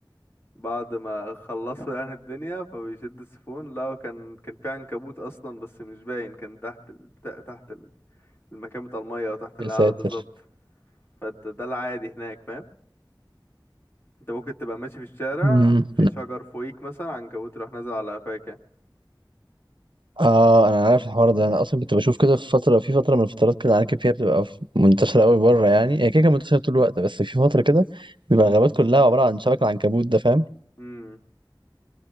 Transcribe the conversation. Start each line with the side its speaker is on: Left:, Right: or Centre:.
Left: ما خلصوا يعني الدنيا فبيشد السيفون لا كان كان في عنكبوت اصلا بس مش باين كان تحت ال... تحت المكان بتاع المية او تحت
Right: يا
Left: القعدة
Right: ساتر
Left: بالظبط فانت ده العادي هناك فاهم انت ممكن تبقى ماشي في الشارع
Right: امم
Left: في شجر فوقيك مثلا عنكبوت راح نازل على قفاك يعني
Right: اه انا عارف الحوار ده انا اصلا كنت بشوف كده في فتره في فتره من الفترات كده العناكب فيها بتبقى ف- منتشره قوي بره يعني هي كده كانت منتشره طول الوقت بس في فتره كده بيبقى الغابات كلها عباره عن شبك العنكبوت ده فاهم
Left: امم